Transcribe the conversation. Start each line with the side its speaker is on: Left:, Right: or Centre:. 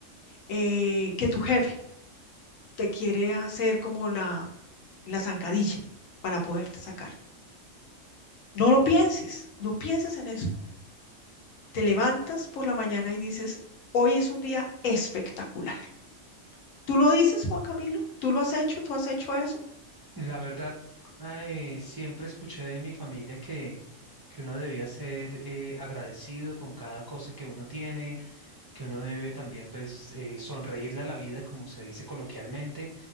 Left: eh, que tu jefe te quiere hacer como la, la zancadilla para poderte sacar. No lo pienses, no pienses en eso. Te levantas por la mañana y dices, hoy es un día espectacular. ¿Tú lo dices, Juan Camilo? ¿Tú lo has hecho? ¿Tú has hecho eso?
Right: La verdad, eh, siempre escuché de mi familia que, que uno debía ser eh, agradecido con cada cosa que uno tiene que uno debe también pues eh, sonreírle a la vida, como se dice coloquialmente,